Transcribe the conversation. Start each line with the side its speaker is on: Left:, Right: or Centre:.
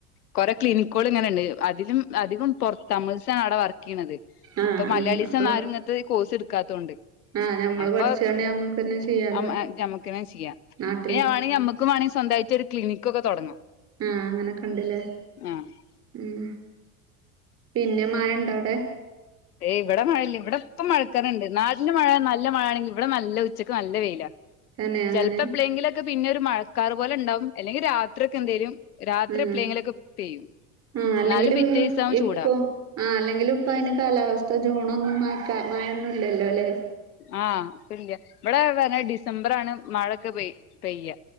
Left: കൊ ടെ ക്ലിനിക്കുൾ ഇങ്ങനെണ്ട് അതിലും അധികം പൊർ തമിഴ്സാ അവിടെ വർക്കയ്യ്ണത്
Right: ആഹ്
Left: ഇപ്പൊ
Right: ആഹ്
Left: മലയാളിസൊന്നും
Right: അപ്പൊ
Left: ആരും ഇങ്ങൻത്തെ ഈ കോഴ്സ് എടുക്കാത്തോണ്ട്
Right: ആഹ് ഞമ്മള്
Left: അപ്പൊ
Right: പഠിച്ചാണ്ട്
Left: ഹ്
Right: ഞമ്മക്കന്നെ ചെയ്യാലോ
Left: ആഹ് ഞമ്മക്ക് ണങ്കി ചെയ്യാം
Right: നാട്ടില്
Left: പിന്നെ വേണെങ്കി നമ്മുക്ക് വേണെങ്കി സ്വന്തായിട്ട് ഒരു ക്ലിനിക്കൊക്കെ തൊടങ്ങാം.
Right: ആ അങ്ങനൊക്കെ ഉണ്ട്ലെ
Left: ആ
Right: ഉം പിന്നെ മയണ്ടാ അവിടെ
Left: ഏയ് ഇവിടെ മയല്ല്യ ഇവിടെ ഇപ്പം മഴക്കറുണ്ട് നാട്ടിൽ മയ നല്ല മഴ ആണെങ്കി ഇവിടെ നല്ല ഉച്ചക്ക് നല്ല വൈലാ
Right: തന്നെ അങ്ങനെ
Left: ചെലപ്പപ്പെളെങ്കിലുമൊക്കെ പിന്നൊരു മഴക്കാറു പോലുണ്ടാവും അല്ലെങ്കിൽ രാത്രിയ്ക്കെന്തേലും രാത്രി
Right: ആഹ്
Left: എപ്ളേങ്കിലൊക്കെ പെയ്യും
Right: ആഹ് അല്ലെങ്കിലും
Left: എന്നാലും പിറ്റേസം ആവും
Right: ഇപ്പൊ
Left: ചൂടാ
Right: ആഹ് അല്ലെങ്കിലും ഇപ്പ അയിന് കാലാവസ്ഥ ജൂണൊന്നും മയക്കാ മായേന്നും ഇല്ലല്ലോ അല്ലേ
Left: ആഹ് ഇപ്പില്യ ഇവിടെ വേ ഡിസംബറാണ് മയൊക്കെ പെയ് പെയ്യാ